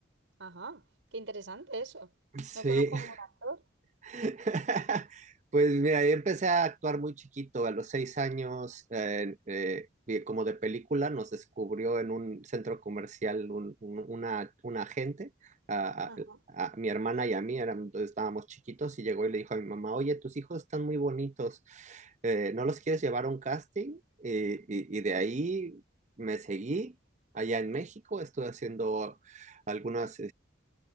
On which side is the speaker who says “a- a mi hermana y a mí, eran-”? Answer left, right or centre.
Right